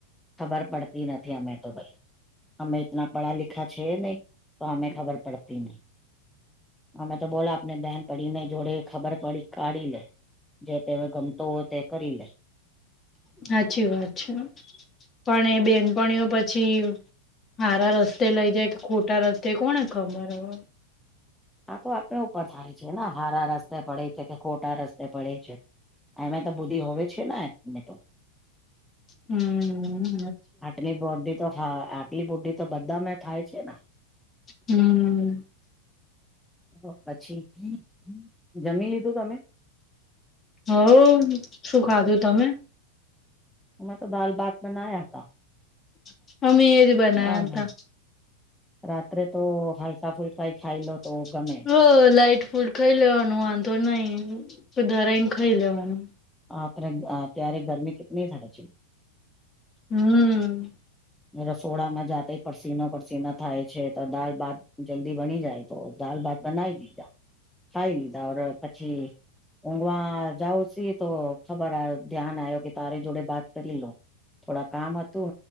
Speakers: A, in the centre; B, on the left.
A: ખબર પડતી નથી અમેવ તો ભાઈ! હમે ઈતના પઢા લિખા છે નહી તો અમે ખબર પડતી. નહી અમે તો બોલો આપને બેનપડીને જોડે ખબર પડી કાઢી લે. જે તે ગમતો હો તે કરી લે.
B: સાચી વાત છે. પણ એ બેન પણીઓ પછી હારા રસ્તે લઈ જાય કે, ખોટા રસ્તે કોને ખબર હવે.
A: આ તો આપણા ઉપર થાય છે ને, હારા રસ્તે પડે છે, કે ખોટા રસ્તે પડે છે. એમે તો બુધી હોવે. છે ના નહીતો.
B: હમમ
A: આટલી બોડી તો હા, આટલી બોડી તો બધા મે થાય છે ને?
B: હમમ
A: હ પછી? જમી લીધું તમે?
B: હવ શું ખાધું તમે
A: અમે તો બાલ <unintelligible> <inaudible> હતા.
B: <unintelligible> અમે એ જ બનાયા
A: ના
B: હતા.
A: ના રાત્રે તો હાલ્કા ફુલ <unintelligible> ખાય લો.
B: <unintelligible>
A: તો ગમે
B: ફૂડ ખાઈ લેવાનું વાંધો નઈ તોધારને ખાઈ લેવાનું.
A: <unintelligible> ગરમી <inaudible>
B: હમ
A: રસોડામાં જાતે પસીનો પસીના થાય છે, તો દાલ ભાત જલ્દી બની જાય તો દાલ ભાત બનાવી લીજા ખાઈ લીધા પછી ઊંઘવા જાાવ સી તો ખબર આ ધ્યાન આવ્યો કે તારે જોડે બાત કરી લો થોડા કામ હતું